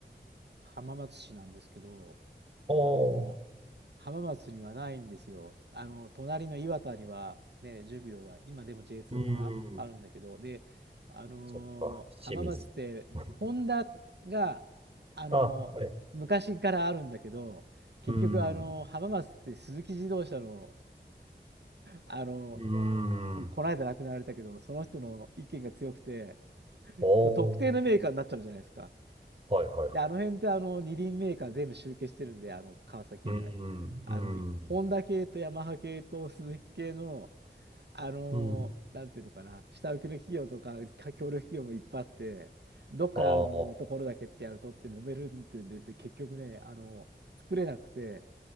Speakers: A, on the right (about 70°); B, on the right (about 30°).
A: 浜松市なんですけど、
B: おー、
A: あの、浜松にはないんですよ。あの、隣の岩田には、ね、ジュビロが、今でも J2
B: うん、
A: かな、あるんだけど、で、あのー浜松って、
B: そっか、清水。<laughs>
A: ホンダが、あのー昔からあるんだけど、
B: あ、はい。う
A: 結局、
B: ん、
A: あのー浜松って鈴木自動車の、あのー
B: うん、
A: もうこの間亡くなられたけど、その人の意見が強くて、
B: おー、
A: こう特定のメーカーになっちゃうじゃないですか。
B: はいはいは
A: で、あの辺ってあの二輪メーカー全部集計してるんで、あの川崎以外。
B: い。うん、
A: あの、
B: うん、
A: ホンダ系とヤマハ系とスズキ系の、あの、
B: うん、
A: なんていうのかな、下請けの企業とか、か協力企業もいっぱいあって、どっかのところだけってやるとって揉めるってんで、
B: ああ、
A: で結局ね、あの、作れなくて、